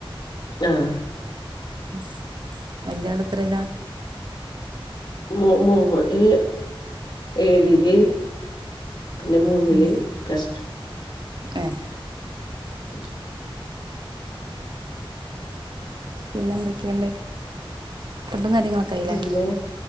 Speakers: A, on the left; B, on the right.
A: ആഹ്
B: സ് വല്ല്യാള് എത്രയില.
A: മോ മോ മൂന് ഏഴില് പിന്നെ മൂന്നില്.
B: ഉം
A: Plus two.
B: ഏഹ്
A: <inaudible>
B: പിന്നെ എന്തൊക്കെയുണ്ട്. ഫുഡും കാര്യങ്ങളൊക്കെ ആയില്ലേ
A: പിന്നെ